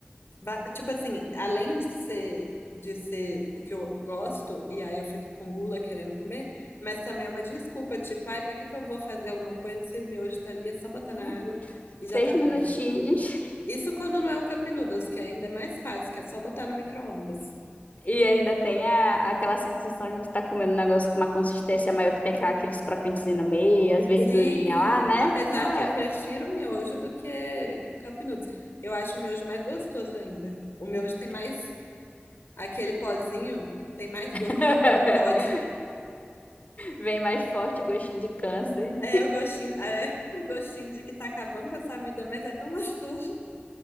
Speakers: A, on the left; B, on the left.
A: Va- Tipo assim, além de ser, de ser porque eu gosto e aí eu fico com gula querendo comer, mas também é uma desculpa, tipo, ai, pra que que eu vou fazer alguma coisa se o miojo tá ali, é só botar
B: Né?
A: na água e já
B: Três
A: tá
B: minutinhos.
A: pronto. Isso quando não é o Cup Noodles, que é ainda mais fácil, que é só botar no micro-ondas.
B: E ainda tem a, aquela sensação de você estar comendo um negócio com uma consistência maior que tem aquela- aqueles crocantes no meio, as verdurinhas
A: Sim,
B: lá, né?
A: apesar
B: Não é.
A: que eu prefiro o miojo do que Cup Noodles. Eu acho o miojo mais gostoso ainda. O
B: Uhum.
A: miojo tem mais, aquele pozinho, tem mais
B: <laughs>
A: gosto de sódio.
B: Vem mais forte o gostinho de câncer.
A: É o gostinho, é <laughs> o gostinho de que tá acabando com essa vida, mas é tão gostoso.